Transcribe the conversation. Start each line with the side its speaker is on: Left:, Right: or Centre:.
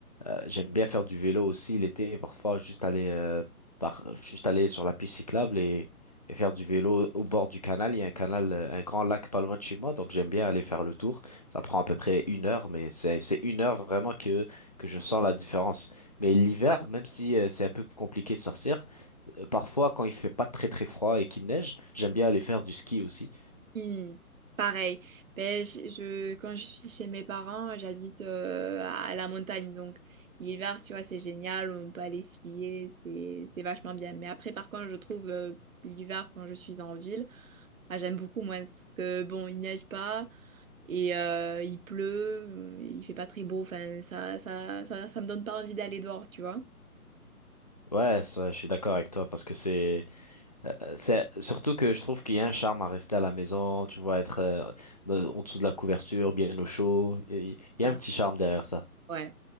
Left: euh, j'aime bien faire du vélo aussi l'été, parfois juste aller euh, par, juste aller sur la piste cyclable et et faire du vélo au bord du canal. Il y a un canal, euh, un grand lac pas loin de chez moi, donc j'aime bien aller faire le tour. Ça prend à peu près une heure, mais c'est c'est une heure vraiment que que je sens la différence. Mais l'hiver,
Right: Ouais.
Left: même si euh, c'est un peu compliqué de sortir, euh, parfois quand il fait pas très très froid et qu'il neige, j'aime bien aller faire du ski aussi.
Right: Hmm. Pareil. Ben, je, je- quand je suis chez mes parents, j'habite euh, à la montagne. Donc, l'hiver, tu vois, c'est génial. On peut aller skier. C'est, c'est vachement bien. Mais après, par contre, je trouve euh, l'hiver, quand je suis en ville, ah, j'aime beaucoup moins. Parce que, bon, il neige pas. Et euh, il pleut, euh, il fait pas très beau, enfin ça, ça, ça, ça me donne pas envie d'aller dehors, tu vois.
Left: Ouais, ça, je suis d'accord avec toi parce que c'est euh, c'est surtout que je trouve qu'il y a un charme à rester à la maison, tu vois, être euh, dans- en dessous de la couverture, bien au chaud. Il il y
Right: Ah.
Left: a un petit charme derrière ça.
Right: Ouais.